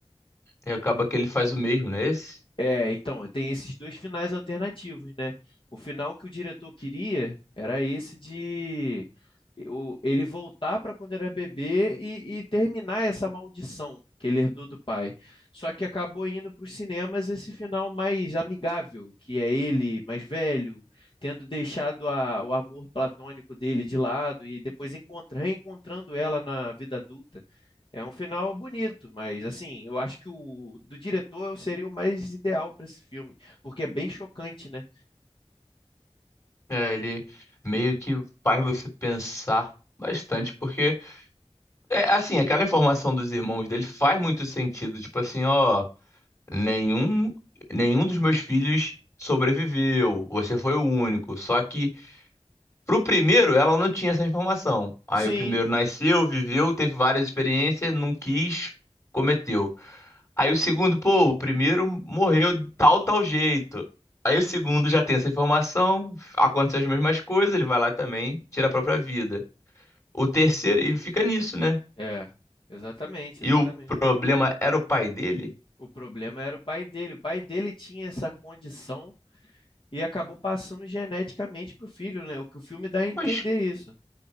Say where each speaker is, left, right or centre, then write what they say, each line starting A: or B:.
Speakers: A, on the left; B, on the left.
A: e acaba que ele faz o mesmo, né? Esse?
B: É, então, tem esses dois finais alternativos, né? O final que o diretor queria era esse de o- ele voltar para quando era bebê e, e terminar essa maldição que ele herdou do pai. Só que acabou indo para os cinemas esse final mais amigável, que é ele mais velho, tendo deixado a- o amor platônico dele de lado e depois encontra- reencontrando ela na vida adulta. É um final bonito, mas assim, eu acho que o do diretor seria o mais ideal para esse filme, porque é bem chocante, né?
A: É, ele meio que faz você pensar bastante, porque é assim, aquela informação dos irmãos dele faz muito sentido. Tipo assim, ó. Nenhum, nenhum dos meus filhos sobreviveu. Você foi o único. Só que pro primeiro ela não tinha essa informação. Aí
B: Sim,
A: o primeiro nasceu, viveu, teve várias experiências, não quis, cometeu. Aí o segundo, pô, o primeiro morreu de tal, tal jeito. Aí o segundo já tem essa informação, acontecem as mesmas coisas, ele vai lá também, tira a própria vida. O terceiro, e fica nisso, né?
B: é, exatamente,
A: E
B: exatamente.
A: o problema era o pai dele?
B: O problema era o pai dele. O pai dele tinha essa condição e acabou passando geneticamente pro filho, né? O que o filme dá a entender
A: Mas
B: isso.